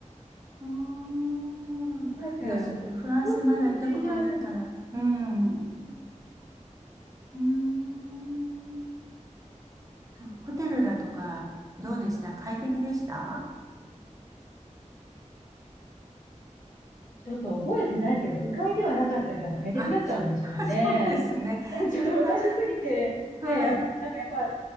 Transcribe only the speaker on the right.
うーん、そうなんだ。
私、
フランスまだ行ったことないから。うん。う
ーん。そう、ホテルだとか、どうでした快適でした
あ、そ、<laughs> そうですね。
それは、
はい。